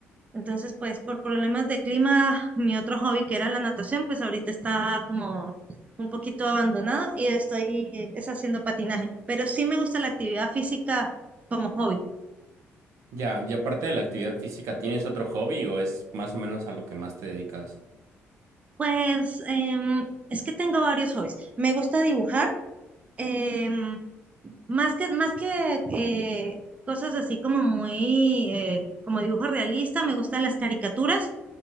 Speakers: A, on the right; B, on the right.
A: Entonces, pues por problemas de clima, mi otro hobby que era la natación, pues ahorita está como un poquito abandonado y estoy eh, es haciendo patinaje, pero sí me gusta la actividad física como hobby.
B: Ya, y aparte de la actividad física, ¿tienes otro hobby o es más o menos a lo que más te dedicas?
A: Pues em, es que tengo varios hobbies. Me gusta dibujar. em, Más que, más que eh, cosas así como muy, eh, como dibujo realista, me gustan las caricaturas